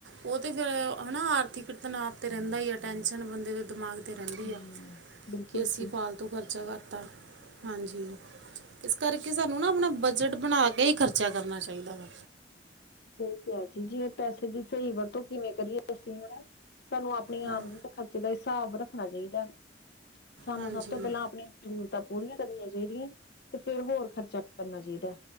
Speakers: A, on the right; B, on the left.
A: ਓ ਤੇ ਫੇਰ ਹਨਾ ਆਰਥਿਕ ਤਨਾਵ ਤੇ ਰੈਂਦਾ ਈ ਆ ਟੈਨਸ਼ਨ ਬੰਦੇ ਦੇ ਦਿਮਾਗ ਤੇ ਰੈਂਦੀ
B: ਹਮ
A: ਆ
B: ਬਿਲਕੁਲ
A: ਕਿ ਅਸੀਂ
B: ਜੀ
A: ਫਾਲਤੂ ਖਰਚਾ ਕਰਤਾ ਹਾਂਜੀ। ਇਸ ਕਰਕੇ ਸਾਨੂੰ ਨਾ ਆਪਨਾ ਬਜਟ ਬਨਾ ਕੇ ਈ ਖਰਚਾ ਕਰਨਾ ਚਾਈਦਾ ਵਾ।
B: ਸਈ ਕਿਆ ਜੀ ਜੇ ਪੈਸੇ ਦੀ ਸਈ ਵਰਤੋਂ ਕਿਵੇਂ ਕਰੀਏ। ਅਸੀਂ ਹਨਾ ਸਾਨੂੰ ਆਪਨੀ ਆਮਦਨ
A: ਹਾਂ,
B: ਤੇ ਖਰਚੇ ਦਾ ਹਿਸਾਬ ਰੱਖਨਾ ਚਾਈਦਾ। ਸਾਨੂੰ
A: ਹਾਂਜੀ
B: ਸਬ ਤੋਂ ਪੈਲਾਂ ਆਪਨੀ ਜਰੂਰਤਾਂ ਪੂਰੀਆਂ ਕਰਨੀਆਂ ਚਾਈਦੀਆਂ ਤੇ ਫੇਰ ਹੋਰ ਖਰਚਾ ਕਰਨਾ ਚਾਈਦੈ